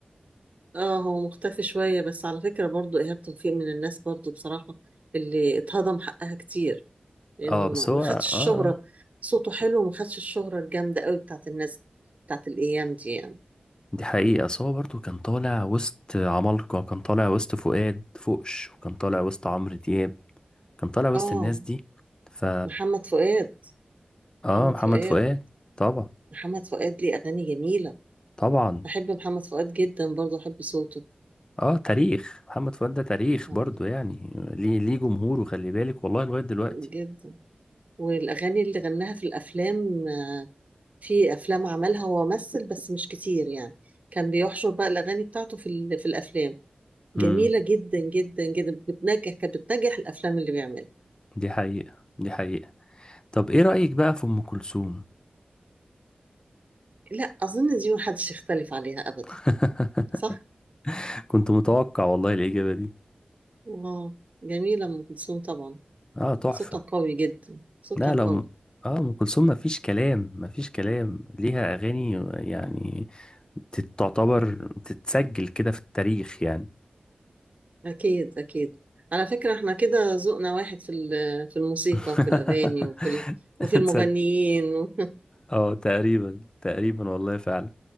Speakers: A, on the right; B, on the left.
A: اه هو مختفي شويه بس على فكره برضو ايهاب توفيق من الناس برضو بصراحه اللي اتهضم حقها كتير لانه
B: اه بس
A: ما
B: هو
A: ما خدش
B: اه
A: الشهرة
B: اه
A: صوته حلو وما خدش الشهرة الجامدة قوي بتاعت الناس بتاعت الايام دي يعني
B: دي حقيقة بس هو برضو كان طالع وسط عمالقة كان طالع وسط فؤاد فوقش وكان طالع وسط عمرو دياب كان طالع وسط
A: اه
B: الناس دي ف
A: محمد فؤاد
B: اه
A: محمد
B: محمد
A: فؤاد
B: فؤاد طبعا
A: محمد فؤاد ليه اغاني جميلة
B: طبعا
A: بحب محمد فؤاد جدا برضه بحب صوته
B: اه تاريخ محمد فؤاد ده تاريخ
A: اه
B: برضو يعني ليه ليه جمهوره خلي بالك والله لغاية دلوقتي
A: جدا والاغاني اللي غناها في الافلام آه، في افلام عملها هو ممثل بس مش كتير يعني كان بيحشر بقى الاغاني بتاعته في ال- في الافلام جميلة
B: امم
A: جدا جدا جدا بتنجح كانت بتنجح الافلام اللي بيعملها
B: دي حقيقة دي حقيقة طب ايه رأيك بقى في ام كلثوم
A: لا أظن دي محدش يختلف عليها أبدا
B: <laughs>
A: صح؟
B: كنت متوقع والله الإجابة دي
A: واو جميلة أم كلثوم طبعا
B: اه تحفة
A: صوتها قوي جدا صوتها
B: لا
A: قوي
B: لا أم- اه ام كلثوم مفيش كلام مفيش كلام ليها اغاني يعني تت- تعتبر تتسجل كده في التاريخ يعني
A: أكيد أكيد على فكرة احنا كده ذوقنا واحد في ال- في الموسيقى
B: <laughs>
A: في الأغاني وفي ال- وفي المغنيين
B: تصدق اه تقريبا تقريبا والله فعلا